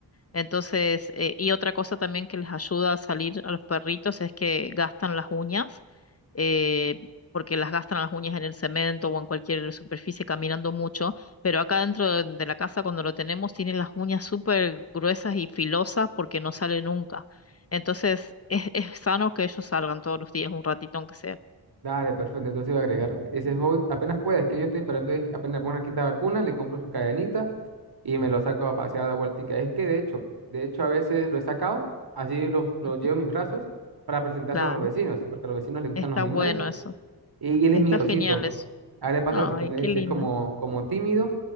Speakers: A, on the left; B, on the right.
A: Entonces, eh, y otra cosa también que les ayuda a salir a los perritos es que gastan las uñas, eh, porque las gastan las uñas en el cemento o en cualquier superficie caminando mucho, pero acá dentro de, de la casa cuando lo tenemos tienen las uñas súper gruesas y filosas porque no sale nunca. Entonces, es, es sano que ellos salgan todos los días, un ratito aunque sea.
B: dale, perfecto. Entonces voy a agregar ese hobby apenas pueda. Es que yo estoy esperando, es que apenas le pongan la quinta vacuna, le compro su cadenita y me lo saco a pasear de vueltica. Es que de hecho, de hecho a veces lo he sacado, así los lo
A: Ujú.
B: llevo en mis brazos para presentárselo
A: Claro,
B: a los vecinos, porque a los vecinos les gustan
A: está
B: los animales
A: bueno eso,
B: y él
A: está
B: es miedosito.
A: genial eso.
B: A él le pasa
A: Ay,
B: lo que tú me
A: qué
B: dices,
A: lindo.
B: es como, como tímido